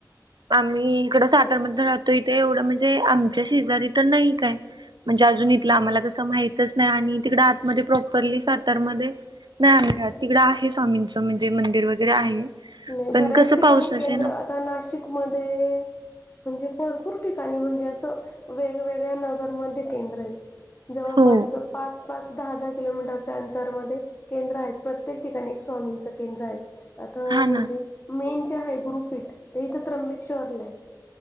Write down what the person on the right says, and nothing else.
आम्ही इकडं सातार राहतो, येथे एवढं म्हणजे आमच्या शेजारी तर नाही काय. म्हणजे अजून इथलं आम्हाला कसं माहितच नाही, आणि तिकड आतमध्ये प्रॉपरली सातार मध्ये. नाही आम्ही जात तिकडं आहे, स्वामींचं म्हणजे मंदिर वगैरे आहे.
पण
कसं
पाऊसच
आहे ना
हो
हा
ना